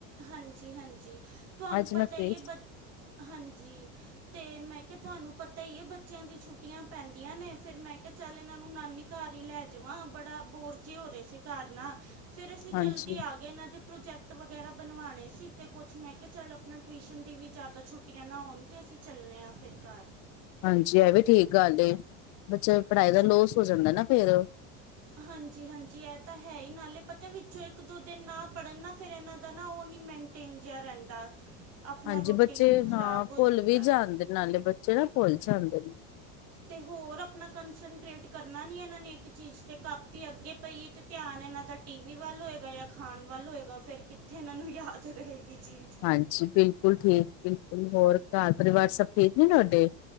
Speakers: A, on the right; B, on the left.
A: ਹਾਂਜੀ ਹਾਂਜੀ ਤੁਹਾਨੂੰ
B: ਅੱਜ
A: ਪਤਾ
B: ਮੈਂ ਫ੍ਰਰੀ
A: ਹੀ ਏ ਹਾਂਜੀ। ਤੇ ਮੈਂ ਕਿਹਾ ਤੁਹਾਨੂੰ ਪਤਾ ਹੀ ਏ ਬੱਚਿਆਂ ਦੀ ਛੁੱਟੀਆਂ ਪੈਂਦੀਆਂ ਨੇ ਫੇਰ ਮੈਂ ਕਿਹਾ। ਚੱਲ ਇਹਨਾਂ ਨੂੰ ਨਾਨੀ ਘਰ ਹੀ ਲੈ ਜਾਵਾਂ ਬੜਾ ਬੋਰ ਜੇ ਹੋ ਰਹੇ ਸੀ ਘਰ ਨਾਲ ਫੇਰ ਅਸੀਂ।
B: ਹਾਂਜੀ,
A: ਆ ਇਹਨਾਂ ਦੇ ਪ੍ਰੋਜੈਕਟ ਵਗੈਰਾ ਬਣਵਾਂਣੇ ਸੀ ਤੇ ਕੁਛ ਮੈਂ ਕਿਹਾ ਚੱਲ ਆਪਣਾ ਟਿਊਸ਼ਨ ਦੀ ਵੀ ਜ਼ਿਆਦਾ। ਛੁੱਟੀਆਂ ਨਾ ਹੋਣ ਤੇ ਅਸੀਂ ਚੱਲੇ ਹਾਂ ਫਿਰ ਘਰ।
B: ਹਾਂਜੀ ਇਹ ਵੀ ਠੀਕ ਗੱਲ ਏ ਬੱਚਿਆਂ ਦੀ ਪੜ੍ਹਾਈ ਦਾ ਲੋਸ ਹੋ ਜਾਂਦਾ ਨਾ ਫੇਰ।
A: ਹਾਂਜੀ ਹਾਂਜੀ ਇਹ ਤਾਂ ਹੈ ਹੀ ਨਾਲੇ ਪਤਾ ਵਿੱਚੋਂ ਇੱਕ ਦੋ ਦਿਨ ਨਾ ਪੜ੍ਹਨ ਨਾ ਫੇਰ ਇਹਨਾਂ ਦਾ ਨਾ ਉਹ ਨੀ। ਮਨਟੇਨ ਜਿਹਾ ਰਹਿੰਦਾ। ਆਪਣਾ
B: ਹਾਂਜੀ
A: ਰੂਟੀਨ
B: ਬੱਚੇ
A: ਖਰਾਬ
B: ਹਾਂ
A: ਹੋ
B: ਭੁੱਲ
A: ਜਾਂਦਾ
B: ਵੀ
A: ਹੈ।
B: ਜਾਂਦੇ ਨਾਲੇ ਬੱਚੇ ਨਾ ਭੁੱਲ ਜਾਂਦੇ ਨੇ।
A: ਤੇ ਹੋਰ ਆਪਣਾ ਕੰਸੰਟਰੇੇਟ ਕਰਨਾ ਨੀ ਇਹਨਾਂ ਨੇ ਇੱਕ ਚੀਜ਼ ਤੇ ਕਾਪੀ ਅੱਗੇ ਪਈਏ ਤੇ। ਧਿਆਨ ਇਹਨਾਂ ਦਾ ਟੀ ਵੀ ਵੱਲ ਹੋਏਗਾ ਜਾਂ ਖਾਣ ਵੱਲ ਹੋਏਗਾ ਫੇਰ ਕਿੱਥੇ ਇਹਨਾਂ ਨੂੰ ਯਾਦ ਰਹੇਗੀ ਚੀਜ਼।
B: ਹਾਂਜੀ ਬਿਲਕੁਲ ਠੀਕ ਬਿਲਕੁਲ ਹੋਰ ਘਰ ਪਰਿਵਾਰ ਸਭ ਠੀਕ ਨੇ ਤੁਹਾਡੇ।